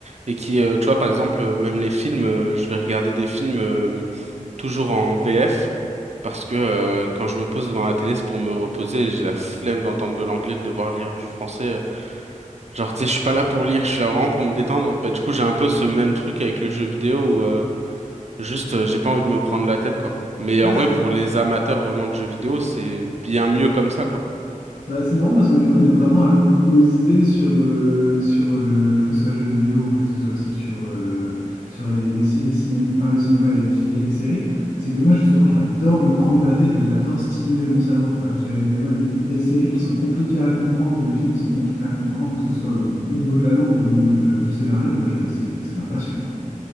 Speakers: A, on the right; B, on the left.
A: et qui, euh, tu vois, par exemple, euh, même les films, euh, je vais regarder des films. euh, toujours en VF parce que euh, quand je me pose devant la télé, c'est pour me reposer et j'ai la flemme d'entendre de l'anglais, de devoir lire du français. euh. Genre, tu sais, je suis pas là pour lire, je suis là vraiment pour me détendre. Bah, du coup, j'ai un peu ce même truc avec le jeu vidéo où euh, juste euh, j'ai pas envie de me prendre la tête, quoi. Mais
B: Ah,
A: en vrai, pour les amateurs vraiment de jeux vidéo, c'est bien mieux comme ça, quoi.
B: Bah, c'est marrant parce que du coup, on est vraiment à l'opposé sur, euh, sur le, que ce soit jeux vidéo ou que ce soit aussi sur, euh, sur les, les, ci- les ciné- enfin, le cinéma et les, fi- et les séries. C'est que moi, justement, j'adore me prendre la tête et j'adore stimuler mon cerveau, quoi. J'ai, moi, les, les séries qui sont compliquées à comprendre ou les films qui sont compliqués à comprendre, que ce soit euh, au niveau de la langue ou au niveau de- du scénario, moi, je, c'est, que- c'est ma passion, quoi.